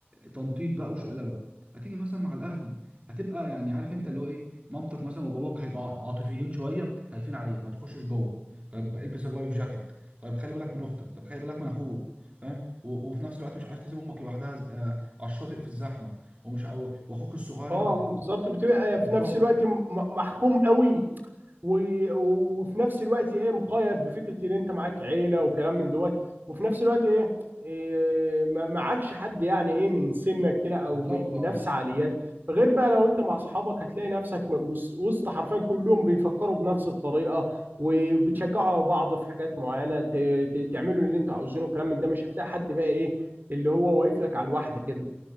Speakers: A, on the right (about 30°); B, on the right (about 50°).
A: تنطيط بقى وشقلبه هتيجي مثلا مع الاهل هتبقى يعني عارف انت اللي هو ايه مامتك مثلا وباباك هيبقوا عاطفيين شويه خايفين عليك ما تخشش جوه طيب البس اللايف جاكيت طيب خلي بالك من اختك طب خلي بالك من اخوك فاهم و- وفي نفس الوقت مش عايز تسيب امك لوحدها آه، على الشاطئ في الزحمه ومش عاو... واخوك الصغير
B: آه،
A: انت تبقى
B: بالظبط بتبقى
A: بالظبط
B: في نفس الوقت م- محكوم قوي و- وفي نفس الوقت ايه مقيد بفكره ان انت معاك عيله وكلام من دوت وفي نفس الوقت ايه, إيه ما- معكش حد يعني ايه من سنك كده او
A: بالظبط
B: من من
A: اه
B: نفس عقليات غير بقى لو انت مع اصحابك هتلاقي نفسك م- وس- وسط حرفيا كلهم بيفكروا بنفس الطريقه وبتشجعوا بعض في حاجات معينه ت- ت- تعملوا اللي انتوا عاوزينه وكلام من ده مش هتلاقي حد بقى ايه اللي هو واقف لك على الواحده كده